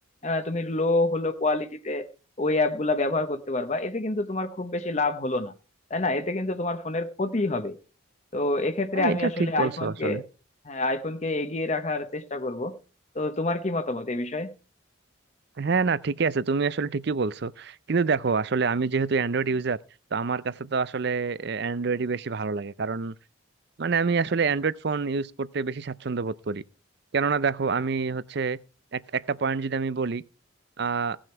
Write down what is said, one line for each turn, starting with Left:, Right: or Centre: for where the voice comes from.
Left: আহ, তুমি লো হলো কোয়ালিটিতে ওই অ্যাপ গুলা ব্যবহার করতে পারবা এতে কিন্তু তোমার খুব বেশি লাভ হলো না তাই না এতে কিন্তু তোমার ফোনের ক্ষতি হবে তো এক্ষেত্রে
Right: হ্যাঁ
Left: আমি
Right: এটা
Left: আসলে
Right: ঠিক বলছো
Left: আইফোনকে
Right: আসলে
Left: হ্যাঁ আইফোনকে এগিয়ে রাখার চেষ্টা করব তো তোমার কি মতামত এই বিষয়ে
Right: হ্যাঁ না ঠিকই আছে তুমি আসলে ঠিকই বলছো কিন্তু দেখো আসলে আমি যেহেতু অ্যান্ড্রয়েড ইউজার তো আমার কাছে তো আসলে অ্যান্ড্রয়েডই বেশি ভালো লাগে কারণ মানে আমি আসলে অ্যান্ড্রয়েড ফোন ইউজ করতে বেশি স্বাচ্ছন্দ্য বোধ করি কেননা দেখো আমি হচ্ছে এক- একটা পয়েন্ট যদি আমি বলি আহ